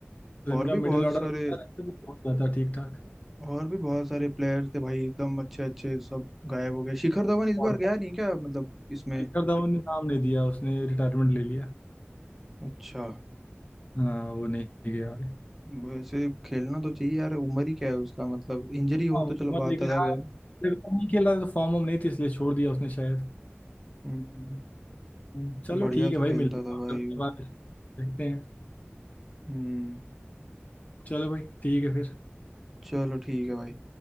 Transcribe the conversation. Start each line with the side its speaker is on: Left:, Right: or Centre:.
Left: तो इनका
Centre: और भी
Left: मिडिल
Centre: बहुत
Left: ऑर्डर
Centre: सारे
Left: अच्छा रहता है, तो हो जाता ठीक ठाक
Centre: और भी बहुत सारे प्लेयर्स थे भाई एकदम अच्छे अच्छे सब गायब हो गए शिखर धवन इस
Left: और
Centre: बार गया नहीं क्या मतलब इसमें
Left: शिखर धवन ने नाम नहीं दिया उसने रिटायरमेंट ले लिया
Centre: अच्छा
Left: हाँ वो नहीं गया
Centre: वैसे खेलना तो चाहिए यार उम्र ही क्या है उसका मतलब इंजरी हो
Left: हाँ मोहम्मद
Centre: तो चलो बात
Left: लेकिन
Centre: अलग
Left: हाँ
Centre: है
Left: जब तक नहीं खेला तो फॉर्म वॉर्म नहीं थी इसलिए छोड़ दिया उसने शायद
Centre: हम्म,
Left: हम्म, चलो
Centre: तो बढ़िया
Left: ठीक है
Centre: तो
Left: भाई
Centre: खेलता
Left: मिलते हैं
Centre: था भाई
Left: और करते
Centre: वो।
Left: हैं बात देखते हैं
Centre: हम्म
Left: चलो भाई ठीक है फिर
Centre: चलो ठीक है भाई